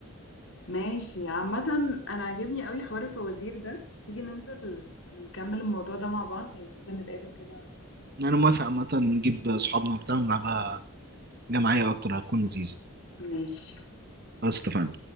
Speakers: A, on the left; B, on the right.
A: ماشي عامة أنا عاجبني قوي حوار الفوازير ده تيجي ننزل نكمل الموضوع ده مع بعض يعني ننزل نتقابل كده
B: انا موافق عامه نجيب صحابنا وبتاع ونلعبها جماعيه اكتر هتكون لذيذه
A: ماشي
B: خلاص اتفقنا